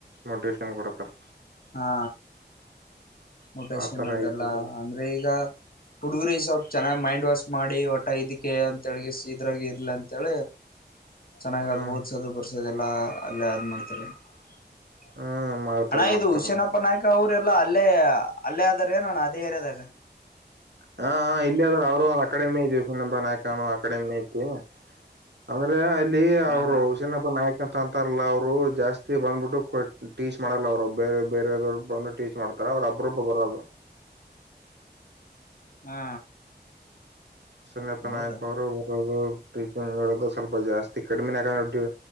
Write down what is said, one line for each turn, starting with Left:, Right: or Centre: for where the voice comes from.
Right: ಮೋಟಿವೇಶನ್ ಕೊಡತಾರಾ.
Left: ಹಾ ಮೋಟಿವೇಶನ್
Right: ಆತರ
Left: ಅದೆಲ್ಲ
Right: ಐತಿಲ್ಲ
Left: ಅಂದ್ರೆ ಈಗಾ ಹುಡುಗುರಿ ಸ್ವಪ್ಪ ಚೆನ್ನಾಗ್ ಮೈಂಡ್ ವಾಶ್ ಮಾಡಿ ಒಟ ಇದಕ್ಕೆ ಅಂತ ಹೇಳಿದಕೆಗೆ ಇದ್ರಾಗಿ ಇರ್ಲಿ ಅಂತೇಳಿ ಚೆನ್ನಾಗಿ
Right: ಹ್ಮ್
Left: ಅದು ಓದ್ಸೋದು ಬರ್ಸೋದು ಎಲ್ಲಾ ಅಲ್ಲೇ ಅದ ಮಾಡ್ತಾರೆ. <inaudible>
Right: ಹ್ಮ್ ಮಾಡ್ತಾರ
Left: ಅಣ್ಣಾ
Right: ಮಾಡ್ತಾರ
Left: ಇದು ಹುಸ್ಯನಪ್ಪ ನಾಯಕ ಅವ್ರ ಎಲ್ಲಾ ಅಲ್ಲೇ ಅಲ್ಲೇ ಆದ್ರ ಏನ್ ಅಣ್ಣಾ ಅದೇ ಏರಿಯಾದಾಗ.
Right: ಹಾ ಇಲ್ಲಿ ಅದರ ಅವರು ಅ ಅಕಾಡೆಮಿ. <unintelligible> <unintelligible> ಅಂದ್ರೆ ಅಲ್ಲಿ
Left: ಹ
Right: ಅವರು
Left: ಹಾ
Right: ಹುಸನಪ್ಪ ನಾಯಕ ಕ ಅಂತಾರಲ್ಲಾ ಅವ್ರು ಜಾಸ್ತಿ ಬಂದ್ಬಿಟ್ಟು ಕೊ ಟೀಚ್ ಮಾಡಲ್ಲ ಅವ್ರು ಬೇರೆ ಬೇರೆವ್ರು ಬಂದಬಟ್ಟಾ ಟೀಚ್ ಮಾಡ್ತಾರೆ ಅಪರೂಪ ಬರೋದು.
Left: ಹಾ
Right: ಸನ್ನಪ್ಪನ
Left: ಹೌದಾ
Right: ಅವರು <inaudible> <unintelligible> ಸ್ವಲ್ಪ ಜಾಸ್ತಿ ಕಡಿಮೆಾನ್ನ ಡ್ಯೂ